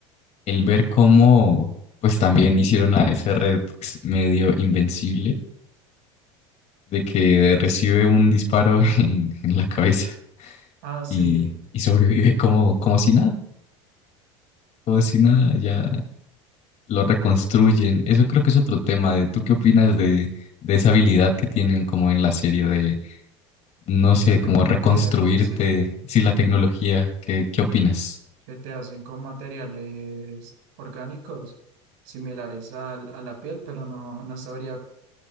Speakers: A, on the left; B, on the right.
A: el ver cómo, pues también hicieron a ese Rex medio invencible, de que recibe un disparo <laughs> en, en la cabeza
B: ah, sí,
A: y, y sobrevive como, como si nada, como si nada, ya lo reconstruyen. Eso creo que es otro tema de tú qué opinas de, de esa habilidad que tienen como en la serie de, no sé,
B: la tecnología,
A: como reconstruirte,
B: sí.
A: sí, la tecnología, ¿qué, qué opinas?
B: que te hacen con materiales orgánicos similares al- a la piel, pero no, no sabría